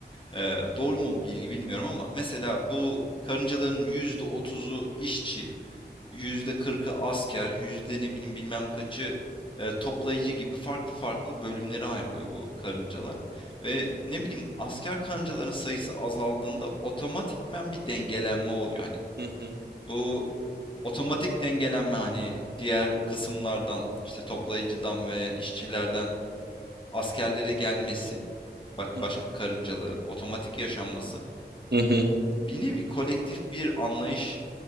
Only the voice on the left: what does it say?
Eee, doğru mu bilgi bilmiyorum ama mesela bu karıncaların yüzde otuzu işçi, %40'ı asker, yüzde ne bileyim bilmem kaçı e, toplayıcı gibi farklı farklı bölümlere ayrılıyor bu karıncalar. Ve ne bileyim asker karıncaların sayısı azaldığında otomatikmen bir dengelenme oluyor. Hani
bu otomatik dengelenme hani diğer kısımlardan işte toplayıcıdan ve işçilerden askerlere gelmesi ba-
başka
karıncaların otomatik yaşanması
bir nevi kolektif bir anlayış